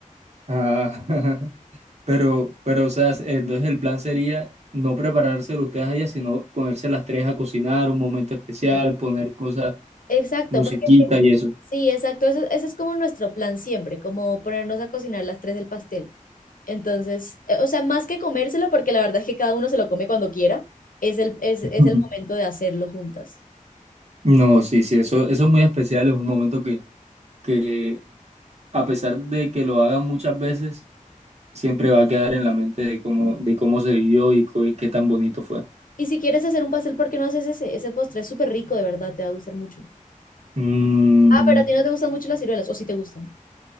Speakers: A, on the right (about 50°); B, on the left (about 80°).
A: Ah. <laughs> Pero, pero, o sea, entonces el plan sería no preparárselo ustedes allá, sino ponerse las tres a cocinar, un momento especial,
B: Sí,
A: poner cosas,
B: exacto,
A: musiquita
B: porque es que-
A: y eso.
B: sí, exacto, ese, ese es como nuestro plan siempre, como ponernos a cocinar las tres el pastel. Entonces, eh, o sea, más que comérselo, porque la verdad es que cada uno se lo come cuando quiera, es el, es,
A: <laughs>
B: es
A: Ujú.
B: el momento de hacerlo juntas.
A: No, sí, sí, eso, eso es muy especial, es un momento que, que a pesar de que lo hagan muchas veces, siempre va a quedar en la mente de cómo, de cómo se vivió y co- y qué tan bonito fue.
B: Y si quieres hacer un pastel, ¿por qué no haces ese? Ese postre es súper rico, de verdad, te va a gustar mucho.
A: Mm,
B: Ah, pero a ti no te gustan mucho las ciruelas, o si te gustan.